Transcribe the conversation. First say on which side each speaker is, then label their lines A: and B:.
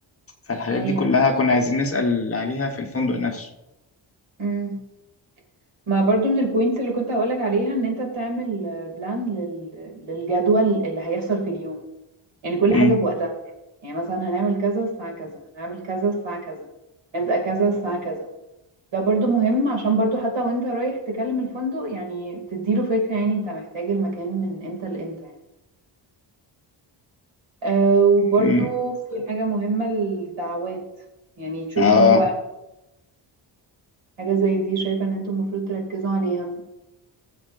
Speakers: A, on the left; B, on the right.
A: فالحاجات
B: ايوه
A: دي كلها كنا عايزين نسأل عليها في الفندق نفسه
B: امم ما برضو من البوينتس اللي كنت هقولك عليها ان انت تعمل بلان لل... للجدول اللي هيحصل في اليوم يعني كل
A: امم
B: حاجة بوقتها يعني مثلا هنعمل كذا الساعة كذا هنعمل كذا الساعة كذا نبدأ كذا الساعة كذا ده برضو مهم عشان برضو حتى وانت رايح تكلم الفندق يعني تديله فكرة يعني انت محتاج المكان من امتى لامتى يعني أه وبرضو
A: امم
B: في حاجة مهمة الدعوات يعني تشوفوا
A: اه
B: انتوا بقى حاجة زي دي شايفة ان انتوا المفروض تركزوا عليها